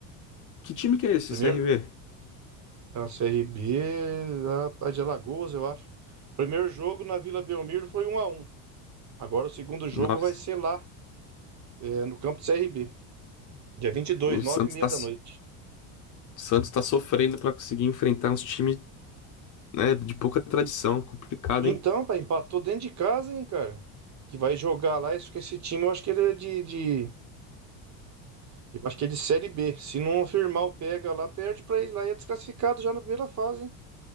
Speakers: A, on the left; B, on the right.
A: Que time que é esse?
B: Primeiro,
A: CRV?
B: a CRB, a, a de Alagoas, eu acho. Primeiro jogo na Vila Belmiro foi um a um. Agora o segundo jogo
A: Nossa.
B: vai ser lá É, no campo do C R B Dia vinte e dois
A: O
B: nove
A: Santos
B: e meia
A: tá,
B: da
A: o
B: noite.
A: Santos tá sofrendo pra conseguir enfrentar uns times, né, de pouca tradição. Complicado,
B: Então,
A: hein?
B: pai, empatou dentro de casa, hein, cara? Que vai jogar lá. Isso que esse time, eu acho que ele é de, de- Eu acho que é de Série B. Se não firmar o pega lá, perde pra ele lá e é desclassificado já na primeira fase, hein?